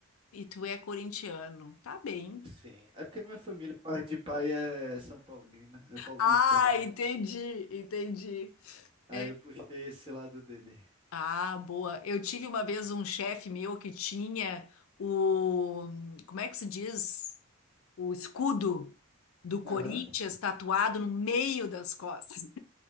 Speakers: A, on the left (about 75°); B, on the right (about 25°).
A: E tu é corintiano. Tá bem.
B: Sim, é porque minha família, parte de pai é São Paulina, é paulista,
A: Ah,
B: né?
A: entendi, entendi.
B: Aí
A: É.
B: eu puxei esse lado dele.
A: Ah, boa. Eu tive uma vez um chefe meu que tinha o. Como é que se diz? O escudo do Corinthians
B: Aham.
A: tatuado no meio das costas. <laughs>